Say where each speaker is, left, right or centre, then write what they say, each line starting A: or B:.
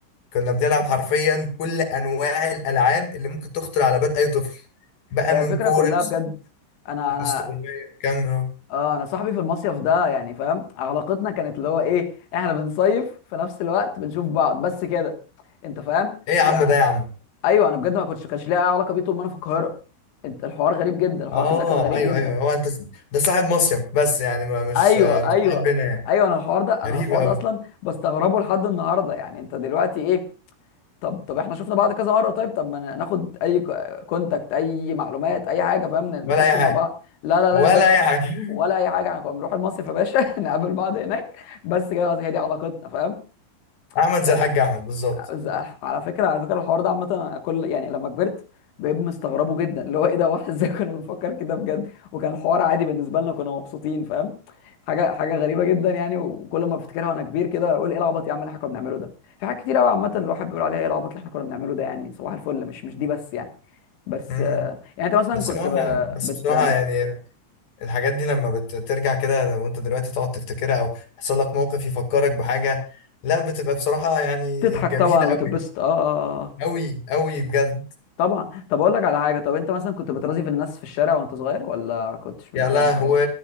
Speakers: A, on the left (about 55°); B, on the left (about 75°).
A: كنا بنلعب حرفيا كل انواع الالعاب اللي ممكن تخطر على بال اي طفل بقى
B: هي
A: من
B: الفكره
A: كوره
B: كلها بجد انا انا
A: استغماية كمل
B: اه انا صاحبي في المصيف ده يعني فاهم علاقتنا كانت اللي هو ايه احنا بنصيف في نفس الوقت بنشوف بعض بس كده انت فاهم
A: ايه يا عم
B: يعني
A: ده يا عم
B: ايوه انا بجد ما كنتش كانش ليا اي علاقه بيه طول ما انا في القاهره انت الحوار غريب جدا الحوار
A: اه
B: ده كان غريب
A: ايوه
B: جدا
A: ايوه هو انت ده صاحب مصيف بس يعني ما مش
B: ايوه
A: مش
B: ايوه
A: صاحب بنا يعني
B: ايوه انا الحوار ده انا
A: غريب
B: الحوار
A: قوي
B: ده اصلا بستغربه لحد النهارده يعني انت دلوقتي ايه طب طب احنا شفنا بعض كذا مره طيب طب ما ناخد اي كونتاكت اي معلومات اي حاجه فاهم نتواصل
A: ولا اي حاجه
B: مع بعض لا لا
A: ولا
B: لا يا باشا
A: اي حاجه <laughs>
B: ولا اي حاجه احنا كنا بنروح المصيف يا باشا <laughs> نقابل بعض هناك بس كده خلاص هي دي علاقتنا فاهم
A: احمد
B: كانت
A: زي الحاج احمد بالظبط
B: ز- على فكره على فكره الحوار ده عامه أنا كل يعني لما كبرت بقيت مستغربه جدا اللي هو ايه ده واحد <laughs> ازاي كنا بنفكر كده بجد وكان الحوار عادي بالنسبه لنا كنا مبسوطين فاهم حاجه حاجه غريبه جدا يعني وكل ما افتكرها وانا كبير كده اقول ايه العبط يا عم اللي احنا كنا بنعمله ده في حاجات كتير قوي عامه الواحد بيقول عليها ايه العبط اللي احنا كنا بنعمله ده يعني صباح الفل مش مش دي بس يعني بس
A: امم
B: آه، يعني انت مثلا
A: بس
B: كنت
A: هو
B: ب...
A: بس
B: بت...
A: بصراحه
B: بت...
A: يعني الحاجات دي لما بترجع كده وانت دلوقتي تقعد تفتكرها او يحصل لك موقف يفكرك بحاجه لا بتبقى بصراحه يعني
B: تضحك
A: جميله
B: طبعا
A: قوي
B: وتتبسط اه اه آه، آه.
A: قوي قوي بجد
B: طبعا طب اقول لك على حاجه طب انت مثلا كنت بترازي في الناس في الشارع وانت صغير ولا كنتش بتعمل
A: يا لهوي
B: الحاجات دي